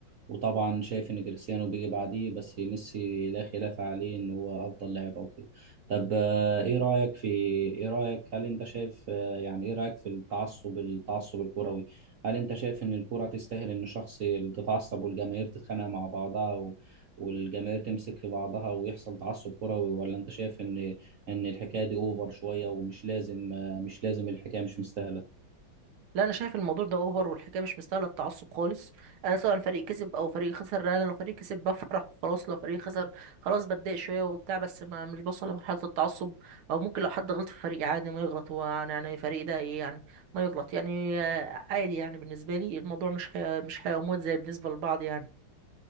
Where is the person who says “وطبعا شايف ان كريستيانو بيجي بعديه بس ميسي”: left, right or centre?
Right